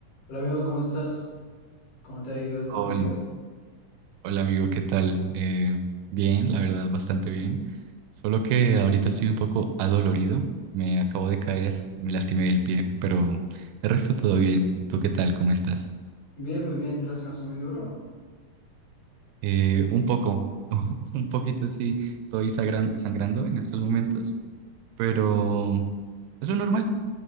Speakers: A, on the left; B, on the right.
A: Hola amigo, ¿cómo estás? ¿Cómo te ha ido estos
B: Hol-
A: días?
B: Hola, amigo, ¿qué tal? Eh, bien, la verdad, bastante bien. Solo que ahorita estoy un poco adolorido. Me acabo de caer, me lastimé el pie, pero de resto todo bien. ¿Y tú qué tal? ¿Cómo estás?
A: Bien, muy bien, te lastimaste muy duro.
B: Eh, un poco, <laughs> un poquito sí, estoy sagran- sangrando en estos momentos, pero
A: Uh,
B: es lo normal,